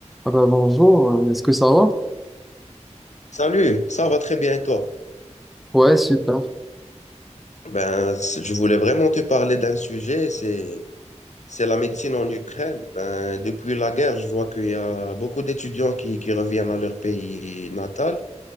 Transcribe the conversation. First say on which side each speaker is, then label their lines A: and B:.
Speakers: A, in the centre; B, on the left.
A: Ah bah bonjour, est-ce que ça va?
B: Salut, ça va très bien et toi?
A: Ouais, super.
B: Ben, c- je voulais vraiment te parler d'un sujet, c'est c'est la médecine en Ukraine. Ben, depuis la guerre, je vois qu'il y a beaucoup d'étudiants qui, qui reviennent à leur pays natal